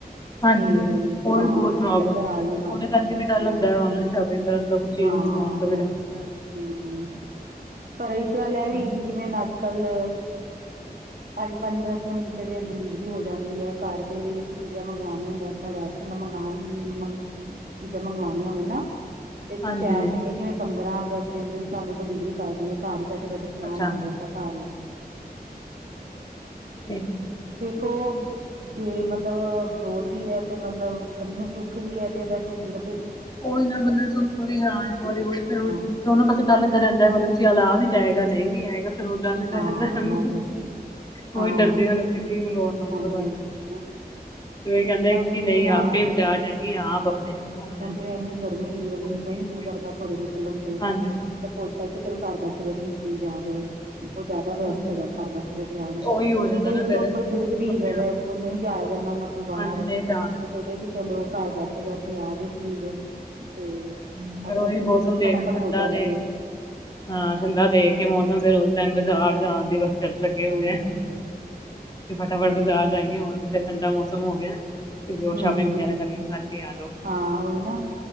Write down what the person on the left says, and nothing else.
ਹਾਂਜੀ
ਹੋ
ਵੀ ਬਹੁਤ
ਪ੍ਰੋਬਲਮ
ਹੈ,
ਉਹਦੇ ਕਰਕੇ ਵੀ ਡਰ ਲੱਗਦਾ
ਹੈ, ਔਨਲਾਈਨ ਸ਼ੋਪਿੰਗ ਕਰਨ ਦਾ ਤੌ ਚੀਜ਼
ਮੰਗਵਾਉਣ
ਤੋਂ ਵੀ ਡਰ ਲੱਗਦਾ।
ਹਾਂ
ਹਾਂਜੀ
ਅੱਛਾ
ਭੇਜ ਦੇਣ
ਉਹੀਂ ਨਾ ਬੰਦਾਂ ਚੁੱਪ ਵੀ, ਹਾਂ ਇੱਕ ਵਾਰੀ ਉਹੀਂ ਫ਼ਿਰ ਉਦ
ਦੋਨੋ ਪਾਸੇ ਡਰ ਲੱਗਾ ਰਹਿੰਦਾਂ, ਮੱਤਲਬ ਚੱਲ ਆ ਵੀ ਜਾਏਂਗਾ ਨਹੀਂ ਵੀ ਆਏਂਗਾ। ਤੇ ਉਹ ਡਰ ਲੱਗਾ
ਰਹਿੰਦਾ ਉਹਨੂੰ।
ਉਵੀ
ਡਰਦੇ ਆ ਅਸੀਂ ਚੀਜ਼ ਮੰਗਵਾਉਣ
ਤੋਂ ਦੁਬਾਰਾ।
ਤਾਹੀ ਕਹਿੰਦੇ
ਕਿ ਨਹੀਂ
ਆਪੇ ਬਜ਼ਾਰ ਜਾਈਏ ਆਪ ਆਪਣੇਂ ਹੱਥਾਂ ਨਾਲ਼ ਲੈ ਕੇ
ਆਈਏ
ਤੇ ਉਹੀ
ਠੀਕ
ਹੈ
ਹਾਂਜੀ
ਹਾਂ
ਉਹੀ ਹੋ ਜਾਂਦਾ
ਨਾ
ਫੇਰ
ਆਪਣੇ
ਆਪ
ਹਾਂਜੀ ਨਹੀਂ
ਜਾਣ
ਹੂੰ ਫੇਰ
ਉਹੀ
ਮੌਸਮ
ਦੇਖ
ਠੰਡਾ
ਦੇ
ਹਾਂ ਠੰਡਾ ਦੇਖ਼ ਕੇ ਮੌਸਮ ਫਿਰ ਉਸ ਟੈਮ ਬਾਜ਼ਾਰ ਜਾਂਣ ਦੀ ਵਸ ਤਰਪ ਲੱਗੇ ਹੁੰਦੇ
ਐ।
ਕਿ ਫਟਾਫੱਟ ਬਾਜ਼ਾਰ
ਜਾਈਏ, ਹੁਣ ਤੇ ਠੰਡਾ ਮੌਸਮ ਹੋ ਗਿਆਂ। ਜੋ
ਸ਼ੋਪਿੰਗ
ਵਗ਼ੈਰਾ
ਕਰਨੀਂ ਕਰਕੇ ਆ ਜਓ।